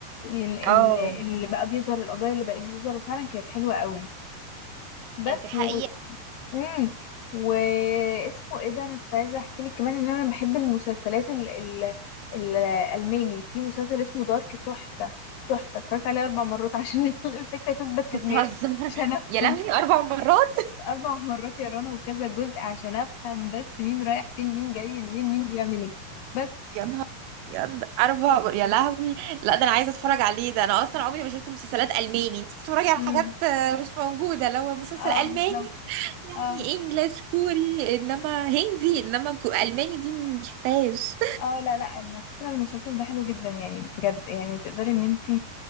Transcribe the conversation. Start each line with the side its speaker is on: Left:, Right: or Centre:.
Left: ال- ال-
Right: اه
Left: اللي بقى بيظهر القضايا اللي بقت بتظهر وفعلا كانت حلوة قوي بس
Right: انت حقيقة
Left: و... مم. واسمه ايه ده انا كنت عايزة احكي لك كمان ان انا بحب المسلسلات ال... ال... الألماني في مسلسل اسمه دارك تحفة تحفة اتفرجت عليه أربع مرات عشان <laughs> الفكرة تثبت في
Right: بتهزر
Left: دماغي عشان
Right: <laughs>
Left: أفهم
Right: يا لهوي اربع مرات
Left: أربع مرات يا رنا وكذا جزء عشان أفهم بس مين رايح فين مين جاي منين مين بيعمل إيه بس
Right: يا نهار أبيض، اربع مر- يا لهوي لا ده انا عايزه اتفرج عليه ده انا اصلا عمري ما شفت مسلسلات الماني انت بتتفرجي على
Left: امم
Right: حاجات آه، مش موجوده لو مسلسل
Left: اه
Right: الماني
Left: بالظبط
Right: يعني
Left: اه
Right: انجلش كوري انما هندي انما كو- الماني دي ما شفتهاش
Left: اه لا لا على فكرة المسلسل ده حلو جدا يعني بجد يعني تقدري ان انتي